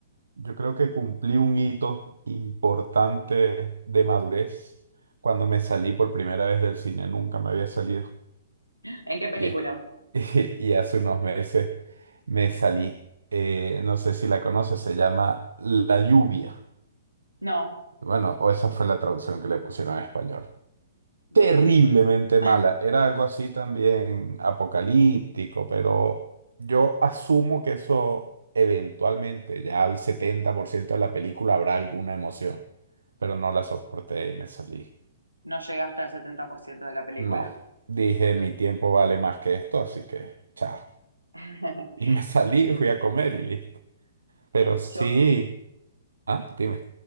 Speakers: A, on the right; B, on the right.
A: Yo creo que cumplí un hito importante de madurez cuando me salí por primera vez del cine. Nunca me había salido.
B: ¿En qué película?
A: Y, es- <laughs> y hace unos meses me salí. Eh, no sé si la conoces, se llama La Lluvia.
B: No,
A: Bueno, o esa fue la traducción que le pusieron en español
B: de...
A: terriblemente
B: <laughs> <sighs>
A: mala. Era algo así también apocalíptico, pero yo asumo que eso eventualmente, ya al 70% de la película habrá alguna emoción, pero no la soporté y me salí.
B: No llegué hasta el ciento de la película.
A: No, dije
B: No.
A: mi tiempo vale más que esto, así que chao.
B: <laughs>
A: Y me salí, fui a comer y listo. Pero
B: Eh,
A: sí,
B: Yo,
A: ah, dime.